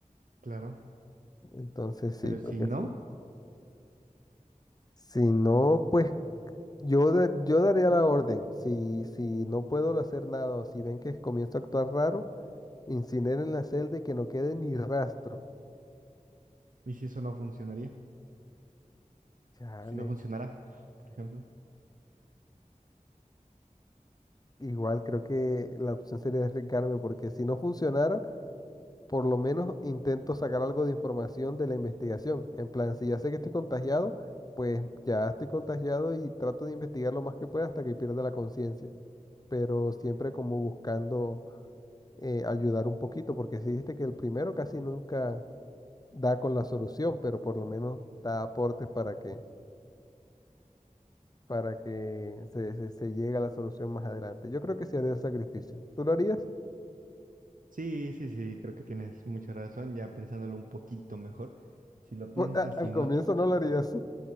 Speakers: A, on the right; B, on the left.
A: Claro.
B: Entonces sí,
A: Pero
B: creo
A: si
B: que
A: no,
B: sí. Si no, pues Yo, da- yo daría la orden, si, si no puedo hacer nada o si ven que comienzo a actuar raro, incineren la celda y que no quede ni rastro.
A: ¿y si eso no funcionaría?
B: Chale,
A: Si no funcionará, por ejemplo.
B: igual creo que la opción sería arriesgarme porque si no funcionara, por lo menos intento sacar algo de información de la investigación. En plan, si ya sé que estoy contagiado, pues ya estoy contagiado y trato de investigar lo más que pueda hasta que pierda la conciencia pero siempre como buscando eh, ayudar un poquito, porque si viste que el primero casi nunca, da con la solución, pero por lo menos da aportes para que, para que se, se, se llegue a la solución más adelante. Yo creo que sí haría el sacrificio. ¿Tú lo harías? <laughs>
A: Sí, sí, sí, creo que tienes mucha razón, ya pensándolo un poquito mejor. Si lo
B: Pues,
A: piensas,
B: a- al
A: si
B: comienzo
A: no, sí,
B: no lo harías.